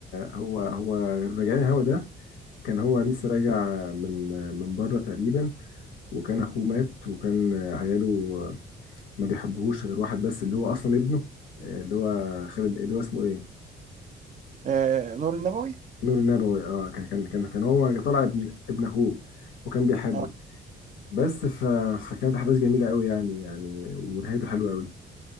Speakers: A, on the left (about 85°); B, on the right (about 40°).
A: هو هو الرجعي الهوا ده كان هو لسه راجع من من بره تقريبا وكان اخوه مات وكان عياله ما بيحبوهوش غير واحد بس اللي هو اصلا ابنه اللي هو خالد اللي هو اسمه ايه
B: آه نور النبوي
A: نور النبوي اه كان كان كان كان هو طالع ابن ابن اخوه وكان بيحبه
B: اه
A: بس ف... فكانت احداث جميله قوي يعني يعني ونهايته حلوه قوي